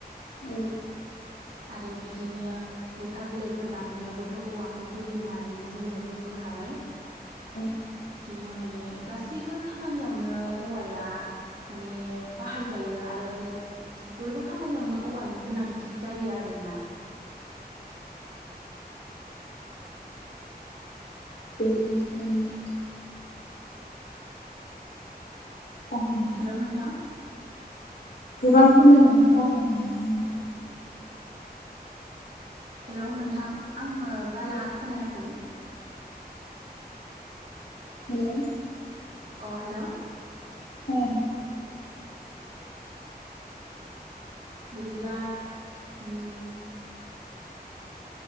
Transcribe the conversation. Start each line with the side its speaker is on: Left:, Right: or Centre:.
Left: औ
Right: आरो बिदिनो। लेखा बिलाइफोर बानायनायावबोथ औवाखौ होयो होननानै जोङो बुंबोखाबाय
Left: औ
Right: बिदिनो माने <unintelligible> गासैबो खामानियावनो औवाया माने बाहाय जायो आरो बयबो खामानियावनो औवानि गोनांथि जायो आरोना
Left: <inaudible> बाहायनानै गोबां <unintelligible>
Right: हेलौ नोंथां
Left: गोबां समायनानै बाहायनानै
Right: हेलौ नोंथां आङो बारा
Left: हेलौ
Right: खोनायाखै
Left: हेल
Right: अ हेल
Left: औ
Right: बिदिब्ला हो <inaudible>